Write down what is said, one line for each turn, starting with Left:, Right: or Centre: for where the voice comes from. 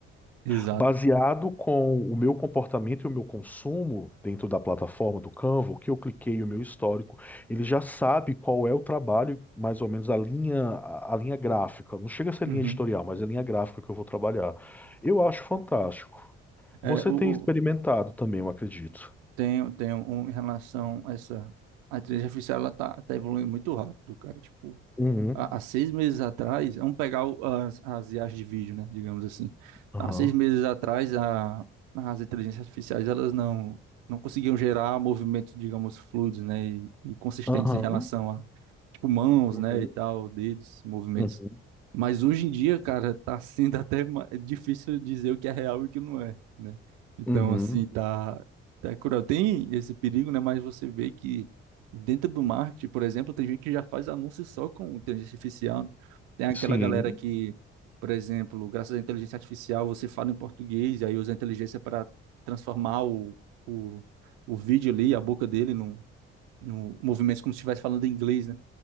Right: Exato.
Centre: Baseado com o meu comportamento e o meu consumo dentro da plataforma do Canva, o que eu cliquei, o meu histórico, ele já sabe qual é o trabalho, mais ou menos a linha, a a linha gráfica. Não chega a ser
Right: Uhum.
Centre: linha editorial, mas é a linha gráfica que eu vou trabalhar. Eu acho fantástico. Você
Right: É, o,
Centre: tem
Right: o-
Centre: experimentado também, eu acredito.
Right: tem, tem um, em relação a essa a inteligência artificial ela tá, tá evoluindo muito rápido, cara. Tipo,
Centre: Uhum.
Right: há, há seis meses atrás, vamos pegar o- as, as IAs de vídeo, né, digamos assim.
Centre: Aham.
Right: Há seis meses atrás, a, as inteligências artificiais, elas não, não conseguiam gerar movimentos, digamos, fluidos, né, e, e consistentes
Centre: Aham.
Right: em relação a, tipo, mãos,
Centre: Uhum.
Right: né, e tal, dedos, movimentos.
Centre: Uhum.
Right: Mas hoje em dia, cara, tá sendo até ma- é difícil dizer o que é real e o que não é, né? Então,
Centre: Uhum.
Right: assim, tá, tá cruel. Tem esse perigo, né, mas você vê que Dentro do marketing, por exemplo, tem gente que já faz anúncios só com inteligência artificial. Tem aquela
Centre: Sim.
Right: galera que, por exemplo, graças à inteligência artificial, você fala em português e aí usa a inteligência para transformar o, o, o vídeo ali, a boca dele, no, no movimento como se estivesse falando em inglês, né?